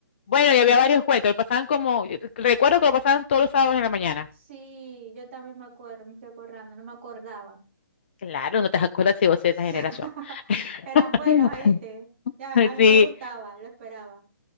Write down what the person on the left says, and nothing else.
bueno, y había varios cuentos, lo pasaban como, recuerdo que lo pasaban todos los sábados en la mañana.
Claro, no te <laughs> acuerdas si vos eres
de esa generación.
<laughs>
Sí,